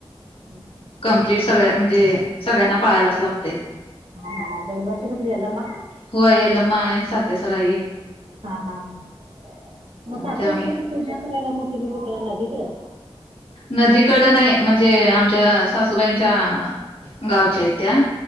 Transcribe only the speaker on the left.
कंप्लीट सगळ म्हणजे सगळ्यांना पाळायलाच
लागते.
होय, यल्लमा आहे, साती आसरा ये.
त्याम
नदीकड नाही म्हणजे आमच्या सासूबाईंच्या गावच्या आहेत त्या